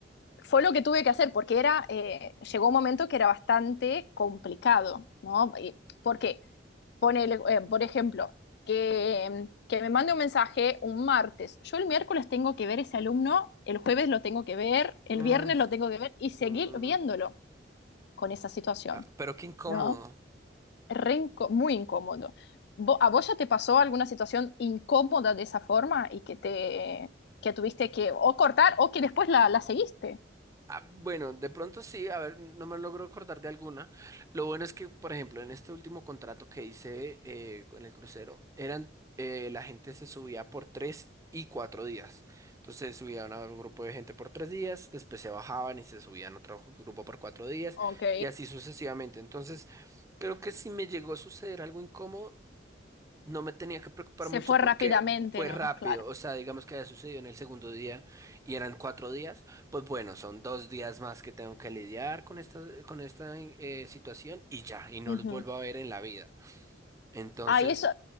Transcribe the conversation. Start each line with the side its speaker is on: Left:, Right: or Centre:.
Left: fue lo que tuve que hacer, porque era, eh, llegó un momento que era bastante complicado, ¿no? Y- Porque, ponele, eh, por ejemplo, que, que me mande un mensaje un martes, yo el miércoles tengo que ver ese alumno, el jueves lo tengo que ver, el
Right: mm,
Left: viernes lo tengo que ver y seguir
Right: mm,
Left: viéndolo con esa situación,
Right: ah, pero qué incómodo.
Left: ¿no? re inco- muy incómodo. Vo- ¿A vos ya te pasó alguna situación incómoda de esa forma y que te que tuviste que o cortar o que después la, la seguiste?
Right: Ah, bueno, de pronto sí, a ver, no me logro acordar de alguna. Lo bueno es que, por ejemplo, en este último contrato que hice eh, en el crucero, eran eh, la gente se subía por tres y cuatro días. Entonces subían a un grupo de gente por tres días, después se bajaban y se subían a otro grupo por cuatro días
Left: Ok.
Right: y así sucesivamente. Entonces, creo que si me llegó a suceder algo incómodo, no me tenía que preocupar
Left: Se
Right: mucho
Left: fue
Right: porque
Left: rápidamente,
Right: fue
Left: ¿no?
Right: rápido,
Left: Claro.
Right: o sea, digamos que haya sucedido en el segundo día y eran cuatro días, pues bueno, son dos días más que tengo que lidiar con esta, con esta eh, situación y ya, y no
Left: Ujú.
Right: los vuelvo a ver en la vida. Entonces,
Left: Ay, eso,